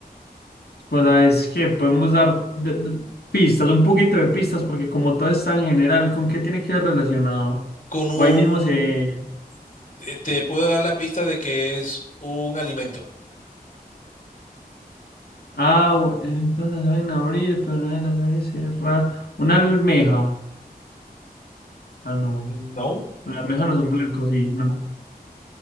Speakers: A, on the left (about 80°); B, on the left (about 55°).
A: Pues sabes que podemos dar de- de- pistas, un poquito de pistas, porque como todo está en general, ¿con qué tiene que ver relacionado?
B: Con un...
A: O ahí mismo se...
B: eh, Te puedo dar la pista de que es un alimento.
A: Ah, bu- eh, no la saben abrir, pero no la saben cerrar. Una almeja. Ah, no.
B: No.
A: Las almejas no son blancos, sí, no.